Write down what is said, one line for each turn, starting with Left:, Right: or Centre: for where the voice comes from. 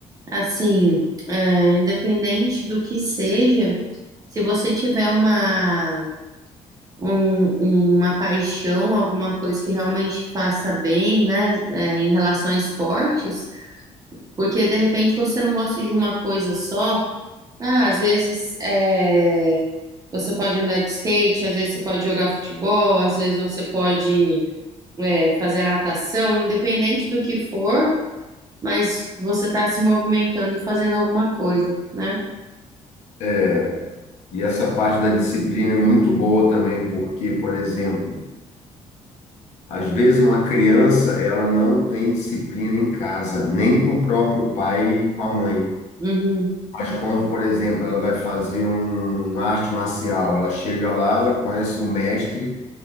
Right: assim, é, independente do que seja, se você tiver uma, um- uma paixão, alguma coisa que realmente faça bem, né? é, em relação a esportes, porque de repente você não gosta de uma coisa só. Ah, às vezes é, você pode andar de skate, às vezes você pode jogar futebol, às vezes você pode é, fazer a natação, independente do que for, mas você está se movimentando e fazendo alguma coisa, né?
Left: É, e essa parte da disciplina é muito boa também, porque, por exemplo, às vezes uma criança ela não tem disciplina em casa, nem com o próprio pai e com a mãe.
Right: Uhum.
Left: Mas quando, por exemplo, ela vai fazer um- uma arte marcial, ela chega lá, ela conhece o mestre